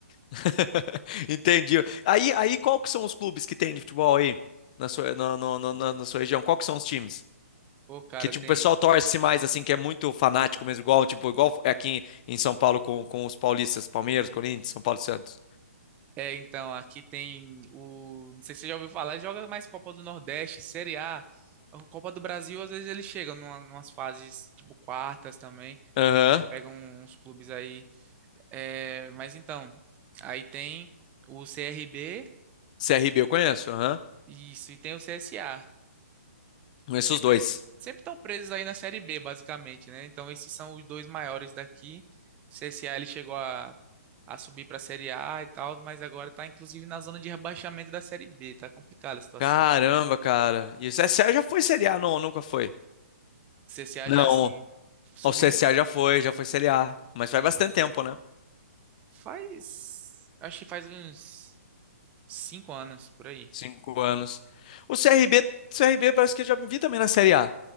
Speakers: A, on the left (about 30°); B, on the right (about 15°).
A: <laughs> Entendi. Aí, aí, qual que são os clubes que tem de futebol aí na sua, na, na, na, na- na sua região? Qual que são os times?
B: Pô, cara,
A: que tipo
B: tem.
A: o pessoal torce mais assim, que é muito fanático mesmo, igual tipo igual é aqui em, em São Paulo com, com os paulistas, Palmeiras, Corinthians, São Paulo e Santos.
B: É, então, aqui tem o. Não sei se você já ouviu falar, joga mais Copa do Nordeste, Série A. A Copa do Brasil, às vezes eles chegam numa, numas fases, tipo, quartas também.
A: Aham.
B: né? Pegam uns clubes aí É, mas então, aí tem o CRB,
A: CRB eu conheço, aham.
B: isso, e tem o CSA,
A: Conheço
B: que sempre
A: os dois.
B: sempre estão presos aí na Série B, basicamente, né? Então, esses são os dois maiores daqui. O CSA ele chegou a, a subir para a Série A e tal, mas agora está inclusive na zona de rebaixamento da Série B, tá complicada a situação.
A: Caramba, cara. E o CSA já foi Série A, não, nunca foi.
B: O CSA
A: Não,
B: já assim, subiu
A: o CSA
B: um.
A: já foi, já foi Série A, mas faz bastante
B: assim,
A: tempo, né?
B: faz. Acho que faz uns cinco anos por aí.
A: Cinco anos. O CRB, CRB parece que eu já vi também na Série A.